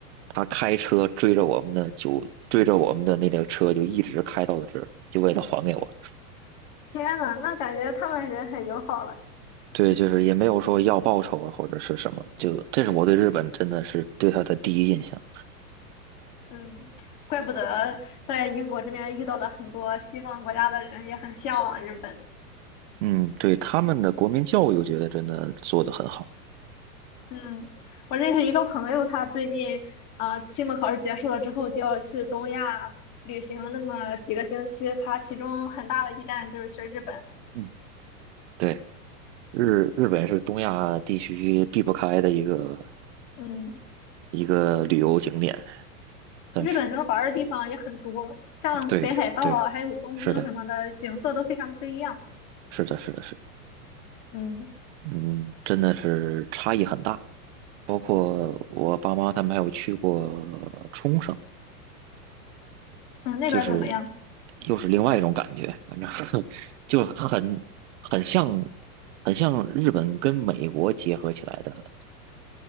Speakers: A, on the right; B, on the left.
A: 他开车追着我们的就追着我们的那辆车就一直开到了这儿，就为了还给我。
B: 天呐，那感觉他们人很友好了。
A: 对，就是也没有说要报酬啊或者是什么，就这是我对日本真的是对他的第一印象。
B: 嗯，怪不得在英国这边遇到了很多西方国家的人，也很向往日本。
A: 嗯，对他们的国民教育，我觉得真的做得很好。
B: 嗯，我认识一个朋友，他最近啊，期末考试结束了之后就要去东亚旅行那么几个星期，他其中很大的一站就是去日本。
A: 嗯，对，日日本是东亚地区避不开的一个
B: 嗯。
A: 一个旅游景点，但是
B: 日本能玩儿的地方也很多，像北海道啊，
A: 对对，
B: 还有东京什么的，
A: 是的，
B: 景色都非常不一样。
A: 是的，是的，是的
B: 嗯
A: 嗯，真的是差异很大。包括我爸妈他们还有去过冲绳，
B: 嗯，那边儿怎么样？
A: 就是又是另外一种感觉，反正 <laughs> 就很很像很像日本跟美国结合起来的